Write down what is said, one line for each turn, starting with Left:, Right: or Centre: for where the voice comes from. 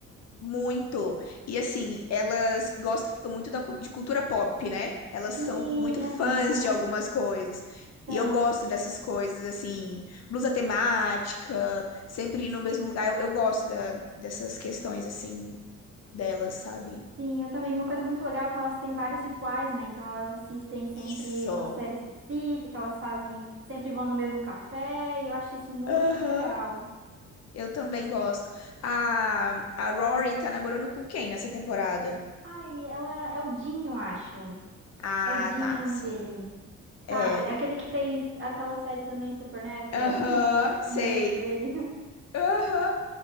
Left: Muito. E assim, elas gostam muito da, cu- de cultura pop, né? Elas
Right: Sim,
Left: são muito fãs
Right: aham,
Left: de algumas coisas.
Right: são.
Left: E eu gosto dessas coisas, assim, blusa temática, sempre ir no mesmo lugar. Eu, eu gosto da- dessas questões, assim, delas, sabe?
Right: Sim, eu também. Uma coisa muito legal é que elas têm vários rituais, né? Então elas assistem sempre
Left: Isso.
Right: uma série específica, elas fazem, sempre vão no mesmo café, e eu acho isso muito
Left: Aham.
Right: legal.
Left: Eu também gosto. A, a Rory tá namorando com quem nessa temporada?
Right: Ai, ela é o Dinho, eu acho.
Left: Ah,
Right: É o Dinho
Left: tá,
Right: o nome
Left: sim.
Right: dele.
Left: É.
Right: Sabe? É Aquele que fez aquela série também Supernatural.
Left: Aham,
Right: <laughs>
Left: sei.
Right: Lembrando dele.
Left: Aham.